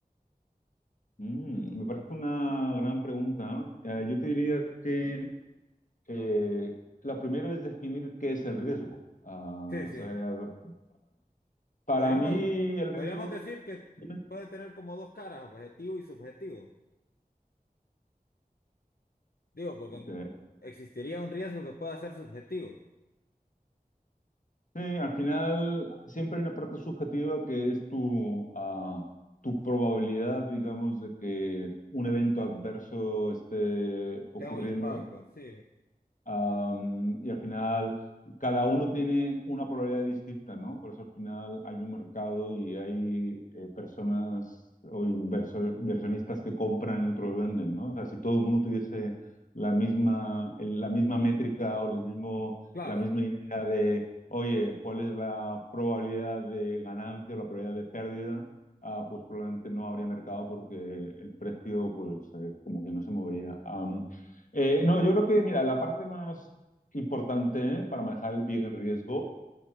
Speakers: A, on the left; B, on the left.
A: Mm, me parece una gran pregunta. Eh, Eh, yo te diría que eh, lo primero es definir qué es el riesgo. Ah,
B: Sí, sí.
A: o sea, para
B: Podríamos,
A: mí el
B: podríamos
A: riesgo
B: decir
A: es...
B: que
A: Dime.
B: puede tener como dos caras, objetivo y subjetivo. Digo, porque
A: Ok.
B: existiría un riesgo que pueda ser subjetivo.
A: Sí, al final siempre hay una parte subjetiva que es tu, ah, tu probabilidad, digamos, de que un evento adverso esté ocurriendo.
B: Tenga un impacto, sí.
A: Am, y al final, cada uno tiene una probabilidad distinta, ¿no? Por eso al final hay un mercado y hay eh, personas o inverso- inversionistas que compran y otros venden, ¿no? O sea, si todo el mundo tuviese la misma, el- la misma métrica o el mismo,
B: Claro,
A: la misma idea de, oye, ¿cuál es la probabilidad de ganancia o la probabilidad de pérdida? ah, pues probablemente no habría mercado porque el precio, pues, eh, como que no se movería. Am, eh, no, yo creo que, mira, la parte más importante ¿eh? para manejar el bien el riesgo